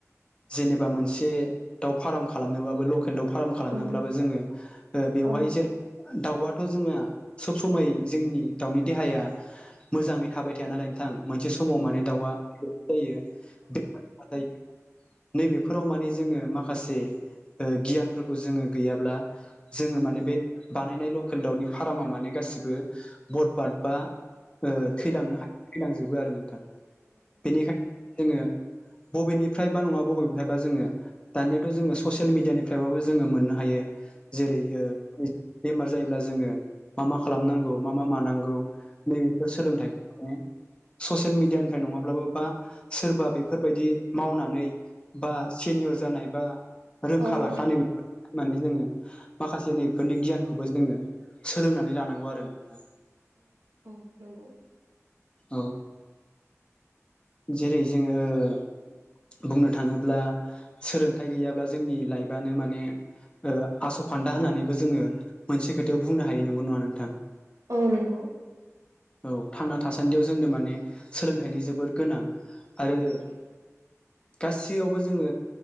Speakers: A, on the left (about 20°); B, on the right (about 75°).
A: जेनेबा मोनसे दाउ फार्म खालामनोबाबो लकेल दाउ फार फार्म खालामनोब्लाबो
B: औ
A: जोंङो बेवहाय
B: औ
A: जेरै <unintelligible> दाउआथ' जोंङो सब समाय जोंनि दाउनि देहाया मोजांङै थाबाय थाया नालाय नोंथां मोनसे समाव माने दाउआ <unintelligible> जायो <unintelligible> नैबेफोराव माने जोंङो माखासे ओ गियानफोरखौ जोंङो गैयाब्ला जोंङो माने बे बानायनाय लकेल दाउनि फारामा माने गासिबो बरपाद बा ओ थैलांनो हायो थैलांजोबो आरो नोंथां बेनिखाय जोंङो बबेनिफ्रायबा नंङा बबेनिफ्रायबा जोंङो दानियाथ' जोंङो ससेल मिडियानिफ्रायबाबो जोंङो मोननो हायो जेरै ओ बेमार जायोब्ला जोंङो मा मा खालामनांगौ मा मा मानांगौ नैे सोलोंथाइखौ ने ससियेल मिडियानिफ्राय नङाब्लाबो बा सोरबा बेफोरबायदि मावनानै बा सेनियर जानाय बा रोंखा
B: औ औ
A: राखानाय होननानै जोंङो माखासे नैफोरनि गियानखौबो जोंङो सोलोंनानै लानांगौ आरो नोंथां <inaudible>
B: औ नंगौ
A: औ जेरै जोंङो ओ बुंनो थांङोब्ला सोलोंथाइ गैयाब्ला जोंनि लाइफआनो माने ओ आसखान्दा होननानैबो जोंङो मोनसे खोथायाव बुंनो हायो नंगौ नङा नोंथां
B: औ नंगौ
A: औ थांना थासान्दियाव जोंनो माने सोलोंथाइनि जोबोद गोनां आरो
B: नोंगौ
A: गासैयावबो जोंङो